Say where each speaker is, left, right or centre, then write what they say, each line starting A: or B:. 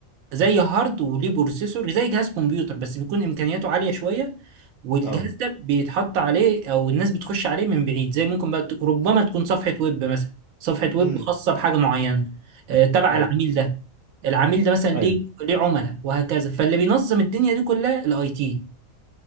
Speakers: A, on the right; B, on the right.
A: زي هارد وليه بروسيسور زي جهاز كمبيوتر بس بيكون امكانياته عاليه شويه والجهاز
B: اه
A: ده بيتحط عليه او الناس بتخش عليه من بعيد زي ممكن بقى ت- ربما تكون صفحه ويب مثلا صفحه ويب
B: امم
A: خاصه بحاجه معينه آه، تبع
B: ايوه
A: العميل ده العميل ده مثلا ليه
B: ايوه
A: ليه عملاء وهكذا فاللي بينظم الدنيا دي كلها الاي تي